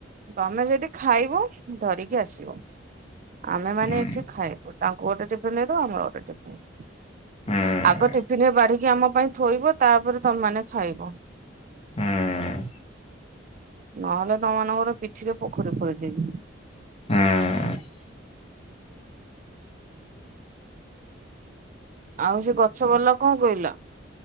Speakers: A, on the right (about 45°); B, on the left (about 35°).
A: ତମେ ଯଦି ଖାଇବ ଧରିକି ଆସିବ ଆମେ ମାନ
B: ହୁଁ
A: ଏଠି ଖାଇବୁ। ତାଙ୍କୁ ଗୋଟେ ଟିଫିନ ଦେଇଦବ ଆମର ଗୋଟେ ଟିଫିନ
B: ହୁଁ
A: ଆଗ ଟିଫିନ ରେ ବାଢିକି କି ଆମ ପାଇଁ ଥୋଇବ ତାପରେ ତମେମାନେ ଖାଇବ।
B: <unintelligible> ହ୍ନୁଏଁ।
A: ନହେଲେ ତମ ମାନଙ୍କର ପିଠିରେ ପୋଖରୀ ଖୋଳି ଦେବି।
B: <unintelligible> ହେଁ।
A: ଆଉ ସେ ଗଛ ବାଲା କଣ କହିଲା।